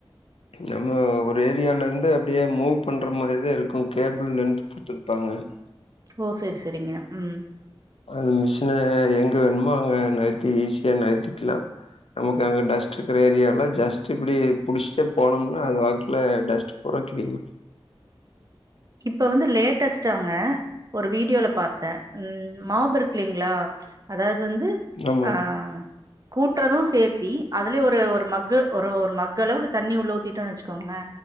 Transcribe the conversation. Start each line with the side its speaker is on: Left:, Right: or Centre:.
Left: நம்ம ஒரு ஏரியாலேந்து அப்டியே மூவ் பண்ற மாரிதா இருக்கு கேபிள் லென்த் <unintelligible>
Right: ஓ சேரி சேரிங்க ம்
Left: அந்த மிஷின எங்க வேணுமோ அங்க நகத்தி ஈஸியா நகத்திக்லா நமக்கு அங்க டஸ்ட்டுக்குற ஏரியால ஜஸ்ட்டு இப்டி புடிச்ட்டே போனோம்னா அது பாட்ல டஸ்ட் <unintelligible>
Right: இப்ப வந்து லேட்டஸ்ட்டாங்க ஒரு வீடியோல பாத்த ம் மாப் இருக்குல்லிங்ளா அதாவ்து வந்து
Left: ஆமாங்க
Right: ஆ கூட்றது சேத்தி அதுலயே ஒரு ஒரு மக்கு ஒரு ஒரு மக்களவுக்கு தண்ணி உள்ள ஊத்தீட்டோனு வச்சுக்கோங்ளே